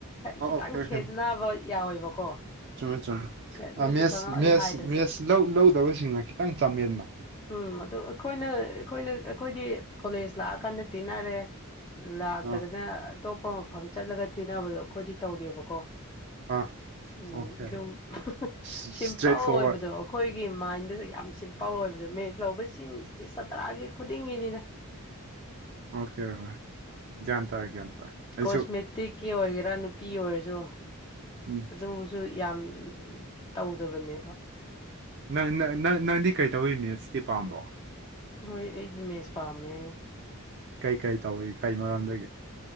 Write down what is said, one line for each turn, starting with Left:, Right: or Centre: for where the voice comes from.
Right: ꯑꯣ
Left: ꯈꯤꯇꯪ
Right: ꯑꯣꯀꯦ ꯑꯣꯀꯦ
Left: ꯈꯦꯠꯅꯕ ꯌꯥꯎꯋꯦꯕꯀꯣ
Right: ꯆꯨꯝꯃꯦ ꯆꯨꯝꯃꯦ
Left: ꯅꯣꯏꯁꯨ
Right: ꯃꯦꯁ
Left: ꯈꯪꯉꯣ
Right: ꯃꯦꯁ
Left: ꯑꯩ ꯍꯥꯏꯗ꯭ꯔꯁꯨ
Right: ꯃꯦꯁ ꯂꯧꯗꯕꯁꯤꯡꯅ ꯈꯤꯇꯪ ꯆꯥꯃꯦꯅ
Left: ꯎꯝ ꯑꯗꯨ ꯑꯩꯈꯣꯏꯅ ꯑꯩꯈꯣꯏꯅ ꯑꯩꯈꯣꯏꯗꯤ ꯀꯣꯂꯦꯖ ꯂꯥꯛꯑꯀꯥꯟꯗ ꯇꯤꯟꯅꯔꯦ ꯂꯥꯛꯇ꯭ꯔꯒꯅ
Right: ꯑꯥ
Left: ꯑꯇꯣꯞꯄ ꯃꯐꯝ ꯆꯠꯂꯒ ꯇꯤꯟꯅꯕꯗꯣ ꯑꯩꯈꯣꯏꯗꯤ ꯇꯧꯗꯦꯕꯀꯣ
Right: ꯑꯥ
Left: ꯎꯝ
Right: ꯑꯣꯀꯦ
Left: ꯑꯗꯨꯝ
Right: ꯏꯁꯇ꯭ꯔꯦꯠ
Left: ꯁꯤꯝꯄꯜ
Right: ꯐꯣꯔꯋꯥꯔꯗ
Left: ꯑꯣꯏꯕꯗꯣ ꯑꯩꯈꯣꯏꯒꯤ ꯃꯥꯏꯟꯗꯨꯁꯨ ꯌꯥꯝ ꯁꯤꯝꯄꯜ ꯑꯣꯏꯕꯗꯣ ꯃꯦꯖ ꯂꯧꯕꯁꯤꯡ ꯁꯤ ꯁꯇ꯭ꯔꯥꯒꯤ ꯈꯨꯗꯤꯡꯒꯤꯅꯤꯗ
Right: ꯑꯣꯀꯦ ꯍꯣꯏ ꯒ꯭ꯌꯥꯟ ꯇꯥꯥꯢ ꯒ꯭ꯌꯥꯟ ꯇꯥꯢ ꯑꯩꯁꯨ
Left: ꯀꯣꯁꯃꯦꯇꯤꯛꯀꯤ ꯑꯣꯏꯒꯦꯔꯥ ꯅꯨꯄꯤ ꯑꯣꯏꯔꯁꯨ
Right: ꯎꯝ
Left: ꯑꯗꯨꯁꯨ ꯌꯥꯝ ꯇꯧꯗꯕꯅꯦꯕ
Right: ꯅꯪ ꯅꯪ ꯅꯪꯗꯤ ꯀꯩꯇꯧꯋꯤ ꯃꯤꯁꯇꯤ ꯄꯥꯝꯕ꯭ꯔꯣ
Left: ꯍꯣꯏ ꯑꯩꯗꯤ ꯃꯦꯁ ꯄꯥꯝꯃꯦ
Right: ꯀꯩ ꯀꯩ ꯇꯧꯏ ꯀꯩ ꯃꯔꯝꯗꯒꯤ